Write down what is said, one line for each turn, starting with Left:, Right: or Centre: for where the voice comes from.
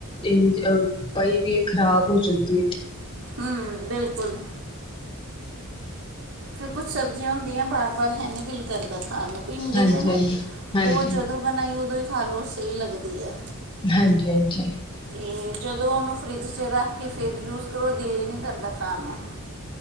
Left: ਇਹ ਅਹ ਪਈ ਵੀ ਇਹ ਖ਼ਰਾਬ ਹੋ ਜਾਂਦੀ ਹੈ
Right: ਹਮ ਬਿਲਕੁਲ ਫਿਰ ਕੁਛ ਸਬਜ਼ੀਆਂ ਹੁੰਦੀਆਂ ਵਾਰ ਵਾਰ ਹੈ ਨਹੀਂ ਦਿਲ ਕਰਦਾ ਖਾਣ ਨੂੰ ਭਿੰਡੀ
Left: ਹਾਂਜੀ
Right: ਹੈ ਨਾ
Left: ਹਾਂਜੀ ਹਾਂਜੀ
Right: ਉਹ ਜਦੋਂ ਬਣਾਈ ਉਦੋਂ ਹੀ ਖਾ ਲਓ ਸਹੀ ਲੱਗਦੀ ਆ
Left: ਹਾਂਜੀ ਹਾਂਜੀ।
Right: ਤੇ ਜਦੋਂ ਉਹਨੂੰ ਫਰਿੱਜ ਰੱਖ ਕੇ ਫਿਰ ਯੂਜ ਕਰੋ ਦਿਲ ਹੀ ਨਹੀਂ ਕਰਦਾ ਖਾਣ ਨੂੰ